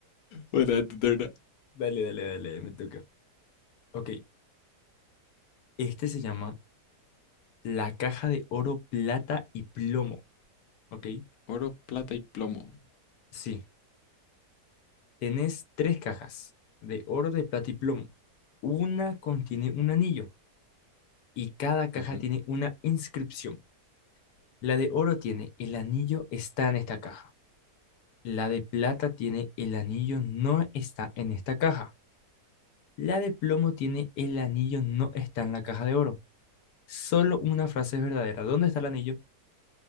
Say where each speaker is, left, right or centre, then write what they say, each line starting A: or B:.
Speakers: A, on the left; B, on the left.
A: Bueno, es tu turno.
B: Dale, dale, dale, me toca. Ok, este se llama la caja de oro, plata y plomo, ¿ok?
A: Oro, plata y plomo.
B: Sí, tenés tres cajas de oro, de plata y plomo. Una contiene un anillo y cada caja
A: Ujú.
B: tiene una inscripción. La de oro tiene el anillo está en esta caja. La de plata tiene el anillo no está en esta caja. La de plomo tiene el anillo no está en la caja de oro. Solo una frase es verdadera. ¿Dónde está el anillo?